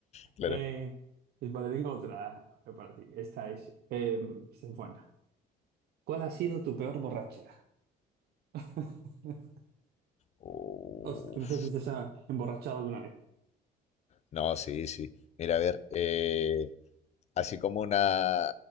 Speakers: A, on the left (about 40°); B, on the right (about 70°).
A: claro.
B: Eh, pues vale, tengo otra para ti. Esta es, eh, esta es buena. ¿Cuál ha sido tu peor borrachera? <laughs>
A: Uf.
B: Host- no sé si te has emborrachado alguna vez.
A: No, sí, sí. Mira, a ver, eh, así como una,